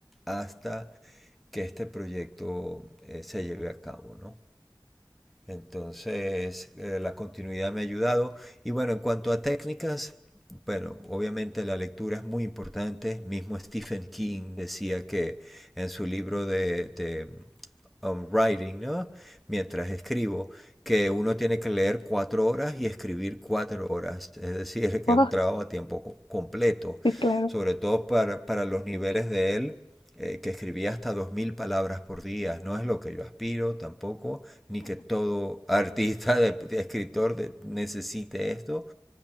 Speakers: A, in the centre; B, on the left (about 80°).
A: hasta que este proyecto eh, se lleve a cabo, ¿no? Entonces, eh, la continuidad me ha ayudado. Y bueno, en cuanto a técnicas, bueno, obviamente la lectura es muy importante. Mismo Stephen King decía que en su libro de, de, um, Writing, ¿no? Mientras escribo, que uno tiene que leer cuatro horas y escribir cuatro horas. Es decir, <laughs> que
B: Ah,
A: es un trabajo a tiempo completo
B: sí, claro.
A: sobre todo para, para los niveles de él, eh, que escribía hasta 2.000 palabras por día. No es lo que yo aspiro tampoco, ni que todo <laughs> artista, de, de escritor, de, necesite esto,